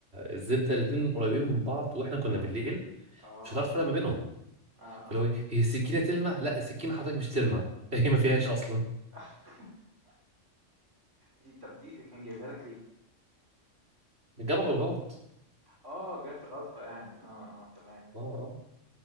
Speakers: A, on the right (about 55°); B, on the right (about 70°).
A: الزبدة الاتنين قريبين من بعض وإحنا كنا
B: آه،
A: بالليل
B: آه،
A: مش هتعرف تفرق ما بينهم
B: آه، آه،
A: فاللي هو إيه،
B: آه.
A: هي السكينه تلمع لا السكينه حضرتك مش ترمى <laughs> هي ما فيهاش اصلا
B: <laughs> دي طَب دي دي كان جايبها لك ليه؟
A: جربوا الغلط
B: آه، جات غلطة يعني، آه، آه، تمام.
A: اه اه